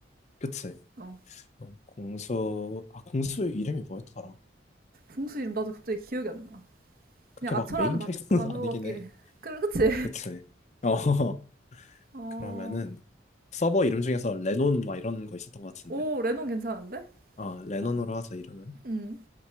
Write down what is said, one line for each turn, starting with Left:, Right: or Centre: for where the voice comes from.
Left: 그치.
Right: 어,
Left: 어, 공수, 아, 공수 이름이 뭐였더라?
Right: 궁수 이름 나도 갑자기 기억이 안 나.
Left: 그렇게
Right: 그냥 아처라는
Left: 막 메인
Right: 바-
Left: 캐릭터는
Right: 단어밖에.
Left: <laughs> 아니긴 해.
Right: <laughs> 그럼 그치?
Left: 그치. 어, <laughs>
Right: 어,
Left: 그러면은 서버 이름 중에서 레논 막 이런 거 있었던 것 같은데.
Right: 오, 레논 괜찮은데?
Left: 어, 레논으로
Right: 어,
Left: 하자, 이름은.
Right: 음,